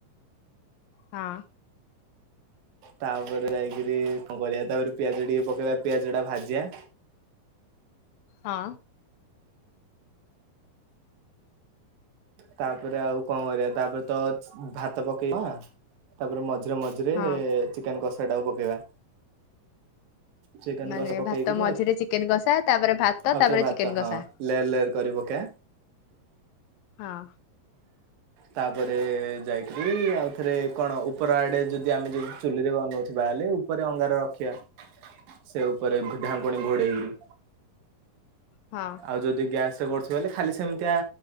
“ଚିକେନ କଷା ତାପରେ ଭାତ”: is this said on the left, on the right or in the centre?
Left